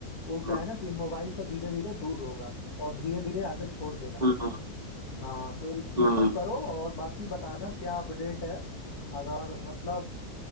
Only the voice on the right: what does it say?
हाँ
हाँ
हाँ